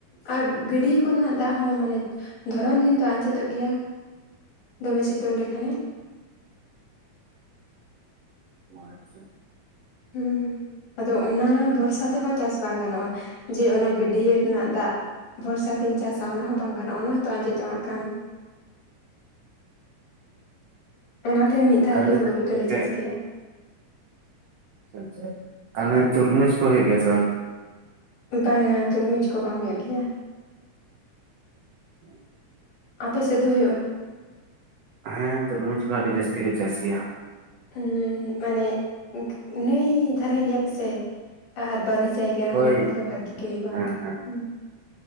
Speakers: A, on the left; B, on the right.
A: ᱟᱨ ᱜᱟᱹᱰᱭᱟᱹ ᱠᱚᱨᱮᱱᱟᱜ ᱫᱟᱜ ᱦᱚᱸ ᱢᱟᱱᱮ ᱫᱷᱚᱨᱚᱱ ᱫᱤᱱ ᱫᱚ ᱟᱸᱡᱮᱫᱚᱜ ᱜᱮᱭᱟ ᱫᱚᱢᱮ ᱥᱤᱛᱩᱝ ᱞᱮᱠᱷᱟᱱᱮ
B: ᱚ ᱟᱪᱪᱷᱟ
A: ᱦᱮᱸ ᱟᱫᱚ ᱚᱱᱟ ᱵᱚᱨᱥᱟ ᱛᱮᱦᱚᱸ ᱪᱟᱥ ᱵᱟᱝ ᱜᱟᱱᱚᱜᱼᱟ ᱡᱮ ᱚᱱᱟ ᱜᱟᱹᱰᱭᱟᱹ ᱨᱮᱱᱟᱜ ᱫᱟᱜ ᱵᱷᱚᱨᱥᱟ ᱛᱤᱧ ᱪᱟᱥᱟ ᱚᱱᱟ ᱦᱚᱸ ᱵᱟᱝ ᱜᱟᱱᱼᱟ ᱵᱟᱝᱠᱷᱟᱱ ᱚᱱᱟ ᱦᱚᱸᱛᱚ ᱟᱸᱡᱮᱫᱚᱜ ᱠᱷᱟᱱ ᱚᱱᱟᱛᱮ ᱢᱤᱫ ᱫᱷᱟᱣ
B: ᱟᱨ ᱚᱱᱮ
A: ᱜᱮ ᱦᱩᱲᱩ
B: ᱡᱟᱦᱟᱸᱢ
A: ᱠᱚᱫᱚᱞᱮ
B: ᱞᱟᱹᱭ ᱠᱮᱫ
A: ᱪᱟᱥ ᱜᱮᱭᱟ
B: ᱟᱪᱪᱷᱟ ᱟᱪᱪᱷᱟ ᱛᱟᱦᱟᱱᱮ ᱛᱩᱨᱢᱩᱡᱽ ᱠᱚ ᱦᱩᱭᱩᱜ ᱜᱮᱭᱟ ᱥᱮ ᱵᱟᱝ
A: ᱵᱟᱝᱟ ᱛᱩᱨᱢᱩᱡᱽ ᱠᱚ ᱵᱟᱝ ᱦᱩᱭᱩᱜ ᱜᱮᱭᱟ
B: ᱦᱮᱸ <inaudible>
A: ᱟᱯᱮ ᱥᱮᱫ ᱫᱚ ᱦᱩᱭᱩᱜᱼᱟ ᱾
B: ᱦᱮᱸ ᱛᱚᱨᱢᱩᱡ ᱠᱚᱦᱚ ᱟᱹᱰᱤ ᱡᱟᱹᱥᱛᱤ ᱠᱚ ᱪᱟᱥ ᱜᱮᱭᱟ ᱾
A: ᱦᱩᱸ ᱦᱩᱸ ᱟᱞᱮ ᱤᱱᱟᱹ ᱫᱷᱟᱨᱮ ᱜᱮᱭᱟ ᱯᱮᱥᱮ ᱟᱨ ᱵᱷᱟᱹᱞᱤ ᱡᱟᱭᱜᱟ
B: ᱦᱳᱭ
A: ᱚᱱᱟ ᱠᱚᱨᱮ ᱫᱚ ᱵᱷᱟᱜᱤ ᱜᱮ ᱦᱩᱭᱩᱜᱼᱟ
B: ᱦᱮᱸ ᱦᱮᱸ
A: ᱦᱩᱸ